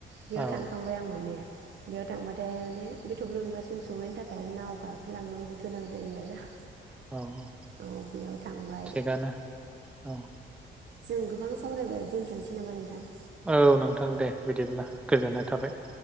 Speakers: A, on the right (about 60°); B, in the centre.
A: बेयाव
B: औ
A: थांखांबाय आं माने बेयाव थांबाथाय माने बे थब्ल' बिबारसिम सहैनो थाखाय नाव गाखोलांनांगौ गोनां जायो आरो
B: औ औ
A: औ बेयाव थांबाय
B: थिगानो औ
A: जों गोबां सावरायबाय, दोन्थ'नोसै नामा नोंथां?
B: औ नोंथां दे बिदिब्ला गोजोननाय थाबाय।